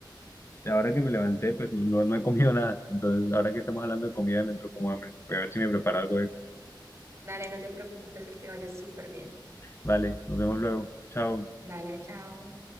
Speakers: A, on the left; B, on the right.
A: ahora que me levanté, pues no, no he comido nada. Entonces, ahora que estamos hablando de comida, me entró como hambre. Voy a ver si me preparo algo. de-
B: Dale, no te preocupes que te vaya súper bien.
A: Vale, nos vemos luego. Chao.
B: Dale, chao.